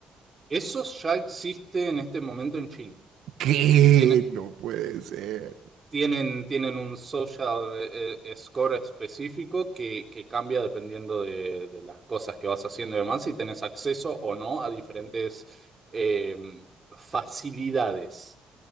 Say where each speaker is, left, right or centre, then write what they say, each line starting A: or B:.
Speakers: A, on the right (about 30°); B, on the right (about 80°).
A: eso ya existe en este momento en China.
B: ¿Qué?
A: Tiene-
B: No puede ser.
A: Tienen, tienen un social eh, eh, score específico que, que cambia dependiendo de, de las cosas que vas haciendo y demás, si tenés acceso o no a diferentes eh, facilidades.